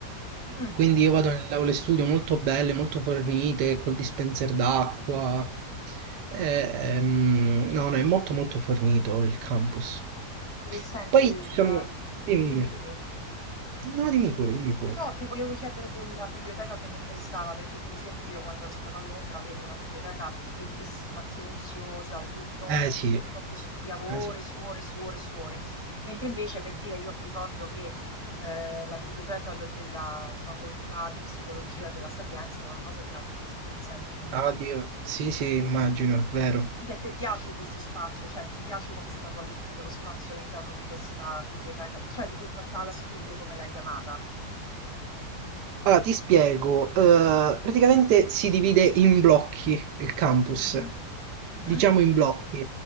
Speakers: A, on the left; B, on the right.
A: Mm,
B: quindi io vado nelle aule studio molto belle, molto fornite, col dispenser d'acqua. Eh, ehm, no, no, è molto molto fornito il campus.
A: E senti,
B: Poi ci
A: e
B: sono...
A: la...
B: Dimmi,
A: dimmi,
B: dimmi.
A: dimmi.
B: No, dimmi pure, dimmi pure.
A: No, ti volevo chiedere della biblioteca che mi interessava, perché per esempio io quando ero stata a Londra avevo una biblioteca bellissima, silenziosa, luminosa,
B: Eh
A: per
B: sì,
A: cui io proprio studiavo
B: eh sì.
A: ore su ore su ore su ore. Mentre invece, per dire, io mi ricordo che eh, la biblioteca l- della facoltà di psicologia della Sapienza era una cosa di una tristezza infinita.
B: Oddio,
A: Qu-
B: sì sì, immagino, vero.
A: Quindi a te piace questo spazio, cioè ti piace come è stato allestito lo spazio all'interno di questa biblioteca, cioè di questa sala studio, come l'hai chiamata?
B: Ah, ti spiego. Eh, praticamente si divide in blocchi il campus.
A: Mhm, mhm,
B: Diciamo in blocchi.